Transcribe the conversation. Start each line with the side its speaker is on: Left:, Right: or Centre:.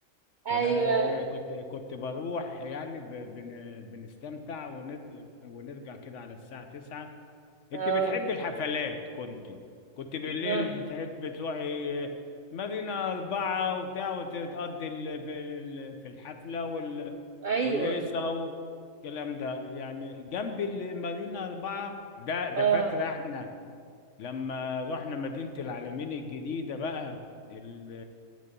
Left: فانا
Right: ايوه
Left: آه، كنت كنت بروح يعني ب... بن... بنستمتع ونر... ونرجع كده على الساعة 9 انت
Right: اه
Left: بتحبي الحفلات كنت كنت بالليل
Right: آه.
Left: تحب تروحي آه، مارينا أربعة وبتاع وتقضي ال... في ال... في الحفلة
Right: ايوه
Left: والهيصة والكلام ده يعني جنب المارينا أربعة ده ده
Right: اه
Left: فاكرة احنا لما رحنا مدينة العالمين الجديدة بقى ال